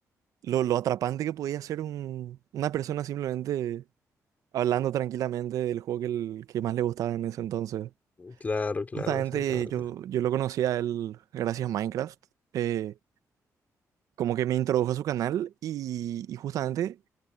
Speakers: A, on the right; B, on the left.
A: lo, lo atrapante que podía ser un- una persona simplemente hablando tranquilamente del juego que, el, que más le gustaba en ese entonces.
B: Claro, claro,
A: Justamente
B: exactamente.
A: yo, yo lo conocí a él gracias a Minecraft. eh, como que me introdujo a su canal y, y justamente